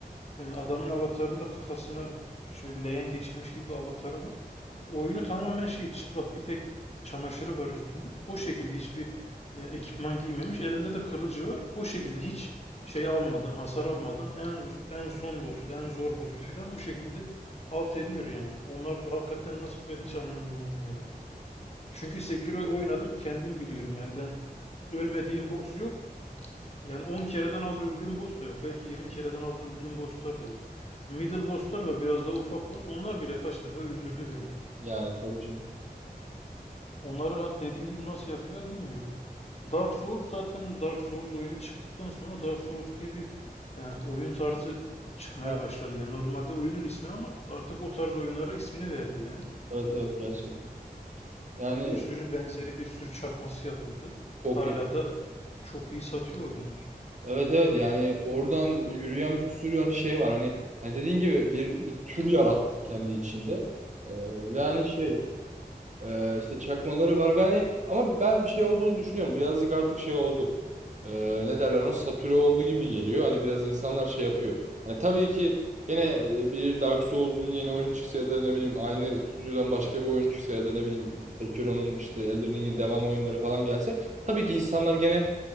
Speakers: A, on the left; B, on the right.
A: E, Adamın avatarında kafasını şöyle leğen geçirmiş gibi bir avatarı var. Oyunu tamamen şey çıplak bir tek çamaşırı var üstünde. O şekilde hiçbir e, ekipman giymemiş. Elinde de kılıcı var. O şekilde hiç şey almadan, hasar almadan en en son boss'u, en zor boss'u falan o şekilde alt ediyor yani. Onlar hakikaten nasıl ben hiç anlamıyorum onu yani. Çünkü Sekiro oynadım kendim biliyorum yani ben ölmediğim boss yok. Yani 10 kereden az öldüğüm boss da yok. Belki 20 kereden az öldüğüm bosslar da yok. Middle bosslar var biraz daha ufak boss. Onlar bile kaç defa öldürdü beni yani.
B: Yani tabii canım.
A: Onları dediğim gibi nasıl yapıyorlar bilmiyorum. Dark Souls zaten Dark Souls oyunu çıktıktan sonra Dark Souls diye bir e, oyun tarzı çıkmaya
B: Evet
A: başladı. Yani normalde oyunun ismi ama artık o tarz oyunlara ismini verdi yani.
B: evet evet, gerçekten. Yani
A: Bir sürü benzeri bir sürü çakması yapıldı.
B: çok
A: Hala
B: iyi.
A: da çok iyi satıyor oyunlar.
B: Evet evet yani oradan yürüyen bir sürü hani şey var hani hani dediğin gibi bir bir tür yarattı kendi içinde. Ee, ve hani şey Ee, işte çakmaları var ve hani ama ben bir şey olduğunu düşünüyorum. Birazcık artık şey oldu. Ee, ne derler ona satüre oldu gibi geliyor. Hani biraz insanlar şey yapıyor. Hani tabii ki gene e, bir Dark Souls'un yeni oyunu çıksa ya da ne bileyim aynı stüdyodan başka bir oyun çıksa ya da ne bileyim Sekiro'nun işte Elden Ring'in devam oyunları falan gelse tabii ki insanlar gene